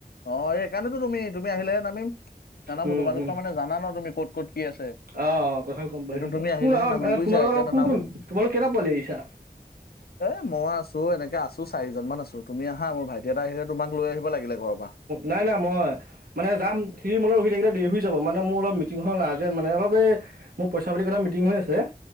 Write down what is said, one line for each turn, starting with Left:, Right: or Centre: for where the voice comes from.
Left: অ এইেইকাৰণেতো তুমি তুমি আহিলেহে নামিম জানা
Right: উম
Left: মো তোমালোকৰ
Right: উম
Left: মানে জানা ন তুমি ক'ত ক'ত কি আছে
Right: অ কথা গম
Left: সেইটো
Right: পাইছো
Left: তুমি
Right: বাৰু
Left: আহিলেহে
Right: কোন অ
Left: নামিম বুজিছা
Right: তোমালোকৰ
Left: এতিয়া
Right: আৰু
Left: নানামো
Right: কোন কোন তোমালোকৰ কেইটা পোৱালি আহিছা
Left: এ মই আছো এনেকে আছো তো চাৰিজনমান আছো তুমিা মোৰ ভাইি এটা আহিলে তমাক লৈ আহিব লাগিলে ঘৰৰ পৰা
Right: নাই নাই মই মানে যাম শ মল ৰখি থাকিলে দেৰি হৈ যাব মানে মোৰ অলপ মিটিংখন আৰ্জেণ্ট মানে অলপ এই মোৰ পইচা পাতি কথা মিটিং হৈ আছে